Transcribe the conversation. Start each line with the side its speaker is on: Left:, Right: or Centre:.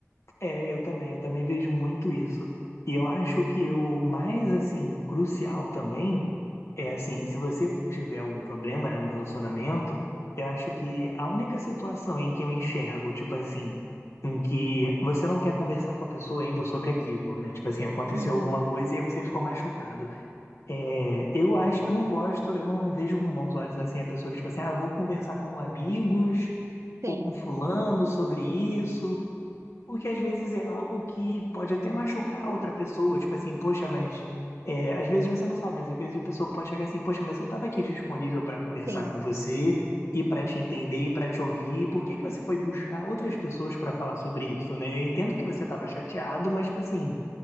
Left: É, eu também, eu também vejo muito isso. E eu acho que o mais, assim, crucial também é, assim, se você tiver algum problema, né, no relacionamento, eu acho que a única situação em que eu enxergo, tipo assim, em que você não quer conversar com a pessoa ainda sobre aquilo, né? Tipo assim, aconteceu
Right: Uhum.
Left: alguma coisa e aí você ficou machucado. É, eu acho, eu não gosto, eu não vejo com bons olhos, assim, a pessoa que, tipo assim, ah, eu vou conversar com amigos
Right: Sim,
Left: ou com fulano sobre isso. Porque às vezes é algo que pode até machucar outra pessoa, tipo assim, poxa, mas é, às vezes você não sabe, mas às vezes a pessoa pode chegar assim, poxa, mas eu estava aqui disponível para conversar
Right: sim.
Left: com você e para te entender e para te ouvir, e por que que você foi buscar outras pessoas para falar sobre isso, né? Eu entendo que você estava chateado, mas tipo assim,